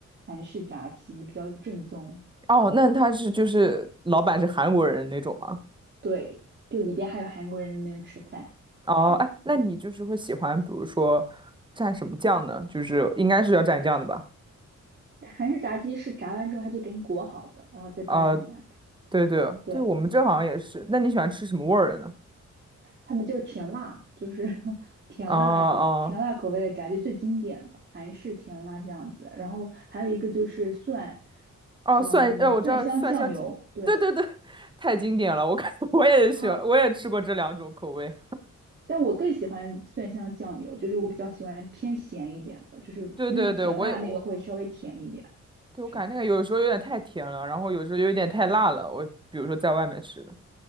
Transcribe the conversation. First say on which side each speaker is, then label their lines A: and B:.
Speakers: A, on the right; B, on the right.
A: 韩式炸鸡，比较正宗。
B: 哦，那他是就是老板是韩国人那种吗？
A: 对，就里边还有韩国人在那边吃饭，
B: 哦，
A: 这样。
B: 哎，那你就是会喜欢，比如说蘸什么酱呢？就是应该是要蘸酱的吧？
A: 韩式炸鸡是炸完之后他就给你裹好的，然后再端上来，
B: 啊、
A: 这样。
B: 对对对，
A: 对。
B: 我们这好像也是。那你喜欢吃什么味儿的呢？
A: 他们就是甜辣，就是 <laughs> 甜辣的甜辣口味的炸鸡最经典的韩式甜辣这样子。
B: 啊啊。哦
A: 然后还有一个就是蒜，
B: 哦，
A: 嗯，
B: 蒜，呃，我知道蒜香鸡，
A: 蒜香酱油，对，
B: 对对对，太经典了，我感觉 <laughs> 我也喜欢，
A: 超。
B: 我也吃过这两种口味。
A: 但我更喜欢蒜香酱油，就是我比较喜欢偏咸一点的，就是因为甜辣那个会稍微甜一点，
B: 对对对，我也我，对我感觉那个有时候有点太甜了，
A: 这样。
B: 然后有时候有点太辣了。我比如说在外面吃的，